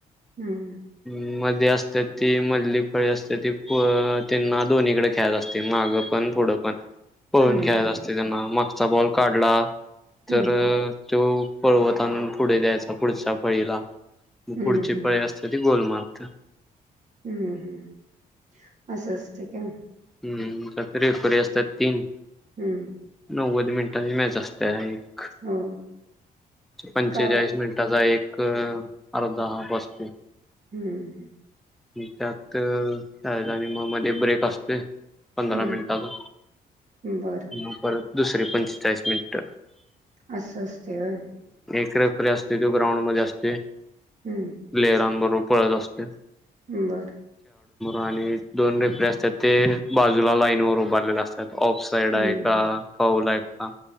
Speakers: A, on the right (about 50°); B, in the centre.
A: हम्म.
B: मध्ये असते ती मधली फळी असते ती फ -त्यांना दोन्हीकडे- खेलायचं असते. मागं पण पुढं पण पळून
A: हम्म
B: खेळत असते. त्यांना मागचा बॉल काढला-
A: हम्म
B: तर तो पळवतान पुढे द्यायचा. पुढच्या फळीला. मग
A: हम्म
B: पुढची
A: हम्म हम्म
B: पळी असते ती गोल मारते
A: हम्म हम्म अस असत ते.
B: हम् का त रेफरी असतात तीन.
A: हम्म
B: नऊ- नव्वद मिनिटांची मॅच असत्या. एक
A: हो
B: पंचेचाळीस
A: का
B: मिनिटाचा एक- एक आर्धा हाफ आसतोय
A: हम्म
B: आणि त्यात- त्या आणि मग मध्ये ब्रेक असते पंधरा
A: हम्म
B: मिनिटाचा
A: बरं
B: मग परत- दुसरे पंचेचाळीस मिनिट.
A: अस असतय व्हय?
B: रेफ्रि असते ती ग्राउंड मध्ये असते.
A: हम्म
B: प्लेयरांबरोबर पळत असते.
A: बरं.
B: आणि दोन रेफ्री असतात ते बाजूला लाईन वर उभारलेले असत- ऑफ साइड आहे
A: हम्म
B: का? फाऊल आहे का?